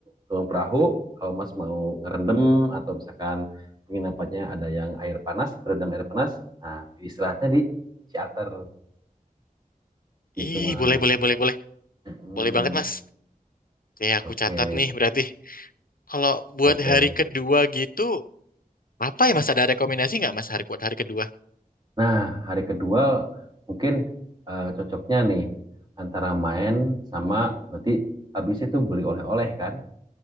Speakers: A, on the right; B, on the left.
A: turun perahu, kalau Mas mau ngerendam atau misalkan penginapannya ada yang air panas, berendam air panas, nah istirahatnya di charter gitu
B: ih
A: Mas.
B: boleh boleh boleh boleh
A: Mm-mm.
B: boleh banget mas Ya,
A: Oke,
B: aku catat nih berarti. Kalau buat
A: oke.
B: hari kedua gitu, apa ya Mas ada rekomendasi nggak Mas hari buat hari kedua?
A: Nah hari kedua mungkin eh, cocoknya nih antara main sama nanti habis itu beli oleh-oleh kan,